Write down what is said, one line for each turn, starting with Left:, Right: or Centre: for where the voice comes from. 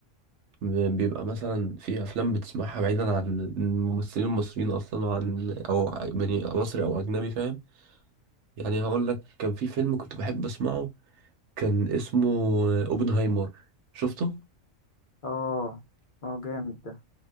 Right: بيبقى مثلا في افلام بتسمعها بعيدا عن الممثلين المصريين اصلا وعن او يعني مصري او اجنبي فاهم يعني هقول لك كان في فيلم كنت بحب اسمعه كان اسمه آه، اوبنهايمر شفته
Left: اه اه جامد ده